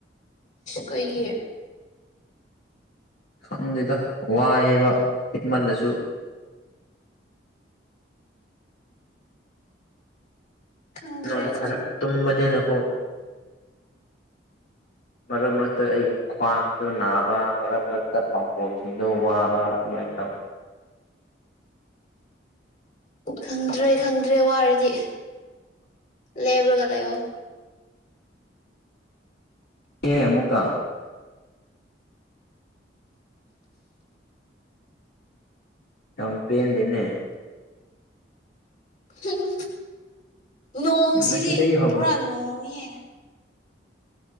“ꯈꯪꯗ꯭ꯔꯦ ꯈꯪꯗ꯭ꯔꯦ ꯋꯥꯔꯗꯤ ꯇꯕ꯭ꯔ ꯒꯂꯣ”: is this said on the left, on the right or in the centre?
Left